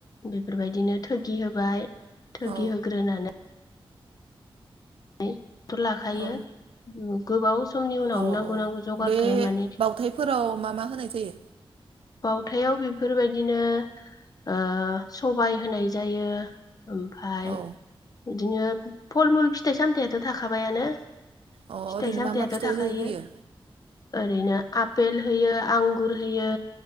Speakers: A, on the left; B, on the right.
A: बेफोरबायदिनो थोगि होबाय। थोगि
B: औ
A: होग्रोनानै <unintelligible> थ' लाखायो
B: औ
A: गोबाव समनि उनाव
B: औ
A: नांगौ
B: औ
A: नांगौ जगारखौ
B: बे
A: माने
B: बावथायफोराव मा मा होनाय जायो
A: बाउथायाव बेफोरबायदिनो ओ सबाय होनाय जायो ओमफाय
B: औ
A: बिदिनो फल मुल फिथाइ सामथायाथ' थाखाबायानो।
B: अ
A: फिथाइ
B: ओरैनो
A: सामथायाथ'
B: मा मा फिथाइ
A: थाखायो।
B: होयो
A: ओरैनो आपेल होयो आंगुर होयो।